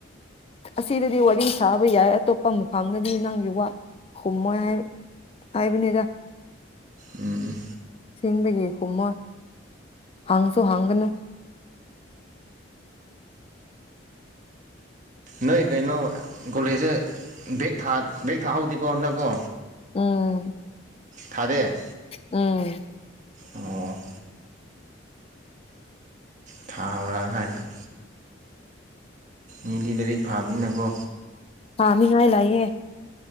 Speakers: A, on the left; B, on the right.
A: ꯑꯁꯤꯗꯗꯤ ꯋꯥꯔꯤ ꯁꯥꯕ ꯌꯥꯏ ꯑꯇꯣꯞꯄ ꯃꯐꯝꯗꯗꯤ ꯅꯪꯒꯤ ꯋꯥ ꯈꯨꯝꯃꯣꯏ ꯍꯥꯏ ꯍꯥꯏꯕꯅ‌ꯦꯗꯥ
B: ꯎꯝ ꯎꯝ
A: ꯁꯦꯡꯕꯒꯤ ꯈꯨꯝꯃꯣꯏ ꯍꯥꯡꯁꯨ ꯍꯪꯒꯅꯨ
B: ꯅꯣꯏ ꯀꯩꯅꯣ ꯒꯣꯂꯦꯖꯁꯦ ꯕꯦꯛ ꯕꯦꯛ ꯊꯥꯍꯧꯗꯦꯀꯣ ꯍꯥꯟꯗꯛꯀꯣ
A: ꯎꯝ
B: ꯊꯥꯗꯦ
A: ꯎꯝ
B: ꯑꯣ ꯊꯥꯕ꯭ꯔꯥ ꯍꯥꯏꯅ ꯃꯤꯗꯤ ꯂꯥꯏꯔꯤꯛ ꯐꯥꯕꯅꯤꯅꯀꯣ
A: <inaudible> ꯂꯩꯌꯦ